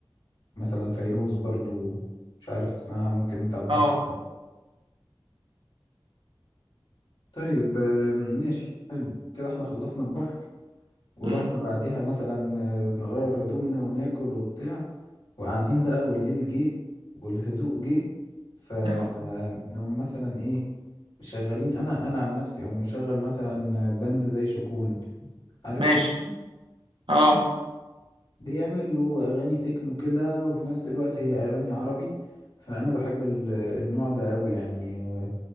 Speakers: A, on the left; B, on the right.
A: ومثلا فيروز برضو مش عارف تسمعها ممكن انت على البحر
B: اه
A: ولا لأ. طيب آه، ماشي حلو كده احنا خلصنا البحر ورحنا
B: امم
A: بعديها مثلا آه، نغير هدومنا وناكل وبتاع وقاعدين بقى والليل جه والهدوء جه فنقوم
B: اه
A: مثلا ايه مشغلين انا انا عن نفسي او مشغل مثلا باند زي شكون عارف
B: ماشي
A: شكون
B: اه
A: بيعمل هو اغاني تكنو كده وفي نفس الوقت هي اغاني عربي فانا بحب ال- النوع ده قوي يعني آه،